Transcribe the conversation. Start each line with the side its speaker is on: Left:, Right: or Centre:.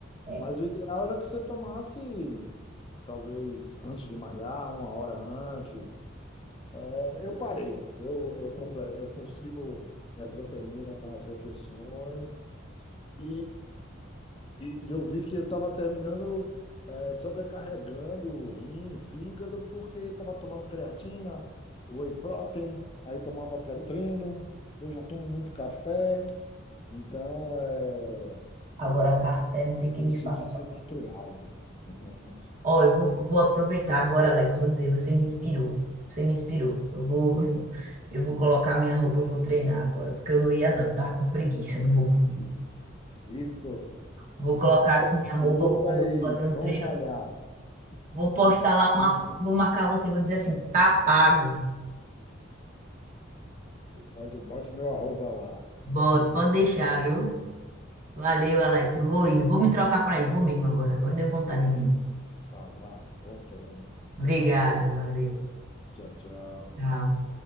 Right: é.
Left: Mas o ideal era que você tomasse. talvez antes de malhar, uma hora antes. É, Eu parei, eu, eu, comple- eu consigo minha proteína nas refeições e, e, e- e eu vi que eu estava terminando é, sobrecarregando o rim, fígado, porque estava tomando creatina, whey protein, aí tomava pré-treino, eu já tomo muito café, então é,
Right: Agora, café não tem que me
Left: decidi
Right: falar.
Left: ser natural. <laughs>
Right: Ó, eu vou, vou aproveitar agora, Alex. Vou dizer, você me inspirou. Você me inspirou. Eu vou, <laughs> eu vou colocar minha roupa, eu vou treinar agora, porque eu não ia, não. Eu Tava com preguiça, não vou mentir.
Left: Isso,
Right: Vou colocar
Left: força
Right: aqui
Left: da
Right: minha
Left: curuca
Right: roupa, vou
Left: e
Right: fazer um
Left: vamos
Right: treino.
Left: malhar.
Right: Vou postar
Left: Um fracão.
Right: lá uma foto, vou marcar você, vou dizer assim, tá pago.
Left: Pode, bote meu arroba lá.
Right: Bota, pode deixar, viu? Valeu, Alex. Eu vou indo. Vou me trocar para ir. Vou mesmo agora. Agora deu vontade de ir.
Left: Vá, vá. Bom treino.
Right: Obrigada, valeu.
Left: Tchau, tchau.
Right: Tchau.